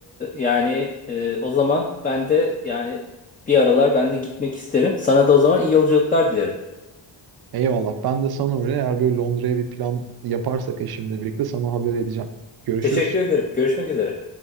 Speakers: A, on the left (about 20°); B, on the right (about 55°).
A: yani e, o zaman ben de yani bir aralar ben de gitmek isterim. Sana da o zaman iyi yolculuklar dilerim.
B: Eyvallah. Ben de sana öyle eğer böyle Londra'ya bir plan yaparsak eşimle birlikte sana haber edeceğim. Görüşürüz.
A: Teşekkür ederim. Görüşmek üzere.